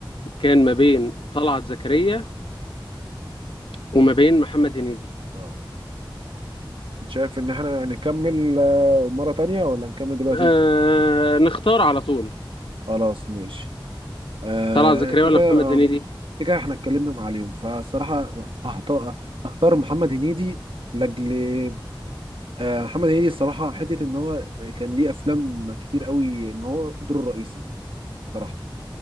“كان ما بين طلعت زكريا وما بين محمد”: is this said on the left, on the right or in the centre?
Left